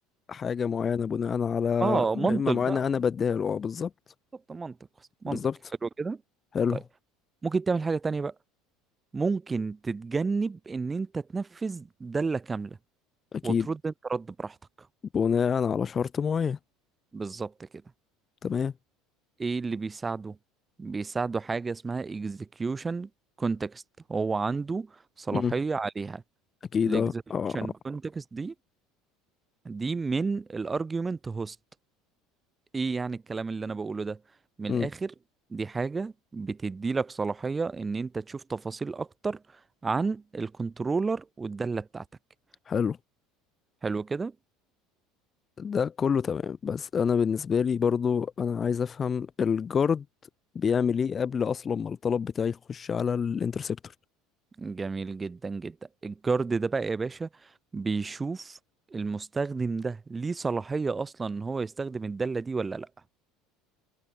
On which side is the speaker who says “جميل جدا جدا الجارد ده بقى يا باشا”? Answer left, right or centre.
Right